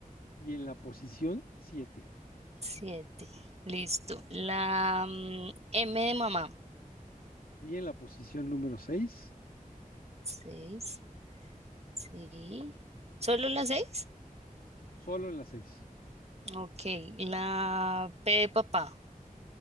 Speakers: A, on the left (about 80°); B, on the right (about 45°).
A: y en la posición siete
B: 7. Listo. La mm, M de mamá.
A: Y en la posición número seis
B: Seis. Sí. ¿Solo la seis.
A: solo en la seis
B: Ok. La P de papá.